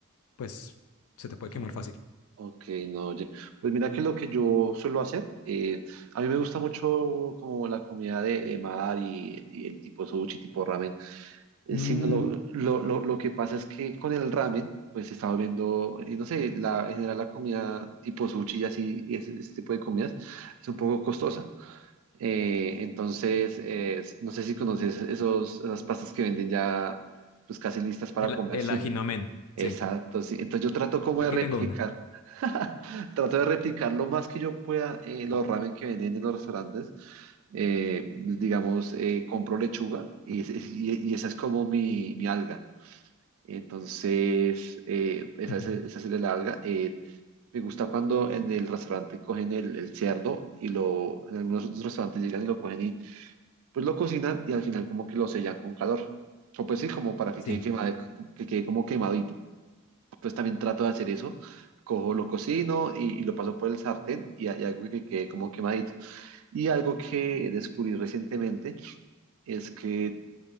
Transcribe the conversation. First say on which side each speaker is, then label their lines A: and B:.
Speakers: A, on the left; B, on the right.
A: pues se te puede
B: Oh,
A: quemar fácil.
B: ok, no, oye. Pues mira que lo que yo suelo hacer, eh, a mí me gusta mucho como la comida de, de mar y, y el tipo sushi, tipo ramen. Eh,
A: Mm,
B: Sino lo, lo, lo, lo que pasa es que con el ramen, pues estaba viendo, eh, no sé, la, en general la comida tipo sushi y así, y ese, ese tipo de comidas, es un poco costosa. Eh, entonces, eh, no sé si conoces esos, esas pastas que venden ya, pues casi listas para
A: el,
B: comer.
A: el
B: Sí,
A: ajinomen,
B: exacto,
A: sí.
B: sí. Entonces yo trato como
A: Yo
B: de
A: aquí
B: replicar,
A: tengo una.
B: <laughs> trato de replicar lo más que yo pueda eh, los ramen que venden en los restaurantes eh, digamos, eh, compro lechuga y, es- y- y esa es como mi, mi alga. Entonces, eh, esa,
A: Ujú,
B: es- esa serie larga. eh, me gusta cuando en el restaurante cogen el, el cerdo y lo, en algunos otros restaurantes llegan y lo cogen y pues lo cocinan y al final como que lo sellan con calor. O pues sí, como para que
A: Sí.
B: quede quemado, que quede como quemadito. Pues también trato de hacer eso. Cojo, lo cocino y, y lo paso por el sartén y, y algo que quede como quemadito. Y algo que descubrí recientemente es que